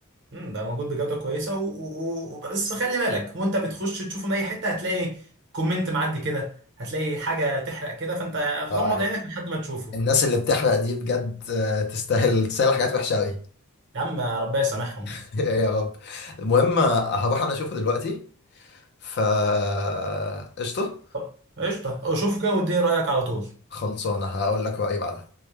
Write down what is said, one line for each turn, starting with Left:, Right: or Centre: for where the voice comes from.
Right: امم ده موجود بجودة كويسة و... و... و... بس خلي بالك وانت بتخش تشوفه من اي حتة هتلاقي كومنت معدي كده هتلاقي حاجة تحرق كده فانت غمض
Left: آه،
Right: عينك لحد ما تشوفه
Left: الناس اللي بتحرق دي بجد آه، تستاهل تستاهل حاجات وحشة أوي
Right: يا عم ربنا يسامحهم
Left: <laughs> يا رب المهم آه، هروح أنا أشوفه دلوقتي فا قشطة
Right: طب قشطة شوفه كده واديني رأيك على طول
Left: خلصانة هقول لك رأيي بعدها